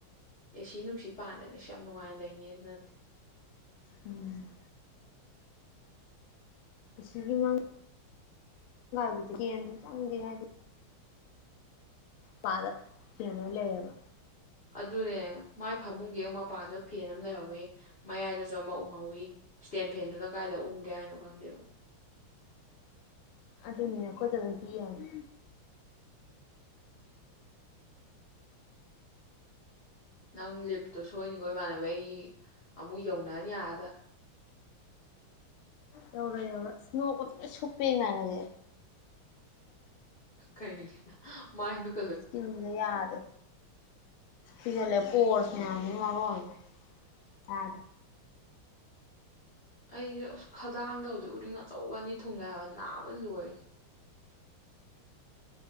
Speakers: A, on the left; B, on the left.
A: ꯑꯦ ꯁꯤ ꯅꯨꯡꯁꯤ ꯄꯥꯟꯗꯅ ꯏꯁ ꯌꯥꯝ ꯅꯨꯡꯉꯥꯏꯅ ꯂꯩꯅꯦ ꯁꯨ ꯅꯠꯇꯦ
B: ꯎꯝ ꯑꯦ ꯁꯤꯒꯤ ꯃꯡ ꯕꯨꯗꯤ ꯀꯩꯝꯆꯨ ꯆꯪꯗꯦ ꯍꯥꯏꯗꯤ ꯄꯥꯂ ꯐꯦꯟ ꯑꯣꯏ ꯂꯩꯔꯦꯕ
A: ꯑꯗꯨꯅꯦ ꯃꯥꯏ ꯐꯃꯨꯡꯒꯤ ꯍꯦꯛ ꯃꯄꯥꯗ ꯐꯦꯟ ꯑꯃ ꯂꯩꯍꯧꯋꯤ ꯃꯌꯥꯏꯗꯁꯨ ꯑꯃ ꯎꯍꯧꯋꯤ ꯏꯁꯇꯦꯟ ꯐꯦꯟꯗꯨꯅ ꯀꯥꯏꯗ ꯎꯪꯒꯦ ꯍꯥꯏꯅꯣ ꯈꯪꯗꯦꯕ
B: ꯑꯗꯨꯅꯦ ꯑꯩꯈꯣꯏꯗꯒꯗꯤ ꯌꯦꯡꯉꯣ
A: ꯅꯪ ꯂꯤꯞꯇꯣ ꯁꯣꯏꯅꯤꯀꯣ ꯏꯃꯥꯟꯅꯕ ꯑꯩ ꯑꯃꯨꯛ ꯌꯧꯅꯅꯤ ꯑꯗꯥ
B: ꯌꯧꯔꯣꯏ ꯌꯧꯔꯣꯏ ꯑꯁ ꯅꯣꯛꯄꯗ ꯂꯣꯢ ꯁꯨꯞꯄꯦ ꯏꯃꯥꯟꯅꯕꯤ
A: ꯀꯩꯒꯤ ꯃꯥꯥꯏ ꯃꯤꯠ
B: ꯆꯤꯟꯁꯦ ꯌꯥꯗꯦ ꯈꯨꯏꯖꯤꯜꯂꯉꯦ ꯄꯣꯔꯁ
A: ꯎꯝ
B: ꯃꯌꯥꯝꯁꯤꯅ ꯃꯔꯣꯜ ꯑꯃ ꯑꯗꯥ
A: ꯑꯩꯁꯦ ꯑꯁ ꯈꯗꯥꯡꯗ ꯍꯧꯖꯤꯛ ꯎꯔꯤꯡ ꯑꯆꯧꯕ ꯑꯅꯤ ꯊꯨꯡꯉꯦ ꯍꯥꯏꯕ ꯅꯥꯕꯅ ꯂꯣꯏꯔꯦ